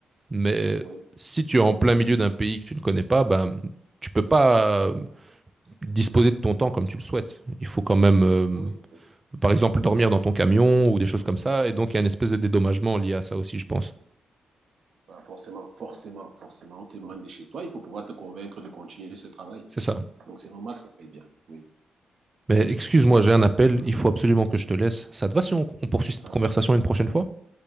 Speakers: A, on the right; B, on the right.
A: mais
B: Oui,
A: si tu es en plein milieu d'un pays que tu ne connais pas, ben, tu peux pas euh, disposer de ton temps comme tu le souhaites. Il faut quand même, euh,
B: oui, oui.
A: par exemple, dormir dans ton camion ou des choses comme ça, et donc il y a une espèce de dédommagement lié à ça aussi, je pense.
B: Bah, forcément, forcément, forcément. On t'éloigne de chez toi. Il faut pouvoir te convaincre de continuer ce travail.
A: C'est ça.
B: Donc, c'est normal, ça paye bien. Oui.
A: Mais excuse-moi, j'ai un appel,
B: Voilà.
A: il faut absolument que je te laisse. Ça te va si on, on poursuit cette
B: D'accord.
A: conversation une prochaine fois?